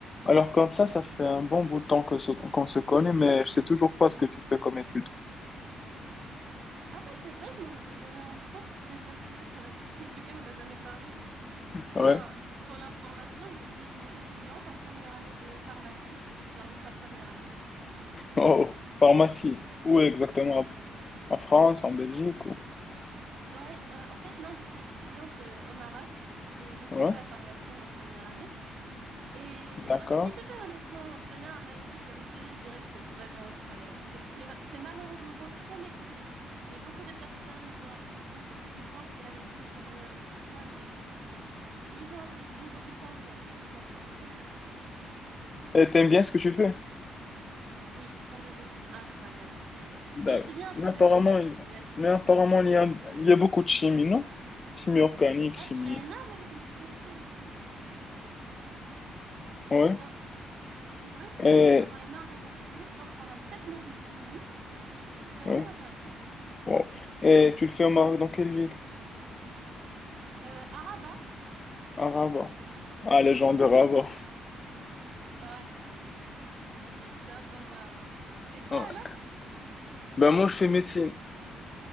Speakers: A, on the left (about 35°); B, on the right (about 65°).
A: Alors comme ça, ça fait un bon bout de temps que se- qu'on se connaît, mais je sais toujours pas ce que tu fais comme étude.
B: Ah ben c'est vrai, je m'en étais jamais rendu compte. C'est le genre de sujet qu'on a- <laughs> duquel on n'a jamais parlé. Eh
A: Ouais.
B: Bien, pour l'information, je suis une étudiante en première année de pharmacie. C'est genre juste ma première année.
A: Oh, pharmacie. Où exactement?
B: Ouais.
A: En France, en Belgique ou...
B: Ouais, euh, en fait, non, je suis une étudiante euh, au Maroc et j'étudie
A: Ouais,
B: la pharmacie en première année. Et
A: d'accord.
B: euh, si je devais honnêtement donner un avis sur le sujet, je dirais que c'est vraiment incroyable. Je- C'est ma- c'est malheureusement très méconnu et beaucoup de personnes, genre, ils ils- ils pensent que la médecine c'est meilleur et tout ça, mais... Ils ont tout, ils ont, ils s'en font, en fait, ils ont tort. <laughs>
A: Et t'aimes bien ce que tu fais?
B: Oui, ce sont des études incroyables. Tu,
A: D'accord.
B: tu étudies un
A: Mais
B: peu
A: apparemment,
B: de tout,
A: il...
B: de la chimie,
A: mais apparemment,
B: du-
A: il
B: des
A: y a...
B: sciences.
A: il y a beaucoup de chimie, non? Chimie organique,
B: Ouais,
A: chimie.
B: il y a énormément de chimie, mais c'est pas, c'est pas-
A: Ouais.
B: genre, c'est vrai que
A: Et...
B: nous avons énormément de chimie. Je pense qu'on a sept modules de chimie, mais c'est vraiment
A: Ouais.
B: intéressant.
A: Wow. Et tu le fais au Maroc dans quelle ville?
B: Euh, Araba,
A: À Rabat. Ah, les gens de Rabat.
B: ouais, ouais, <laughs> c'est un peu moi, ouais. Et toi
A: Ouais.
B: alors?
A: Ben moi, je fais médecine.